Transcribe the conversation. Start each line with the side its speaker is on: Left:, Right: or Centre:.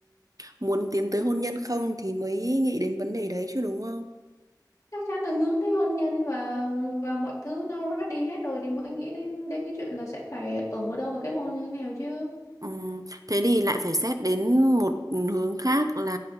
Right: muốn tiến tới hôn nhân không thì mới nghĩ đến vấn đề đấy chứ đúng không?
Left: chắc chắn là hướng tới hôn nhân và và mọi thứ nó ready hết rồi thì mới nghĩ đến đến cái chuyện là sẽ phải ở đâu và kết hôn như thế nào chứ
Right: Ừm, thế thì lại phải xét đến một hướng khác là